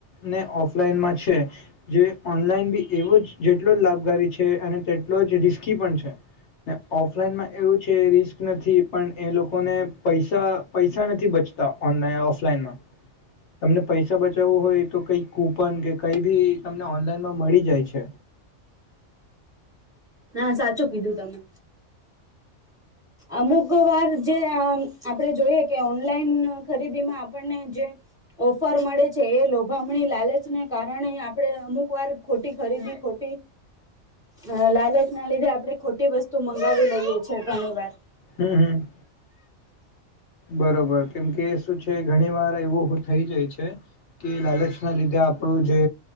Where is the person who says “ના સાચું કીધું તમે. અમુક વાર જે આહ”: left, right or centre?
Centre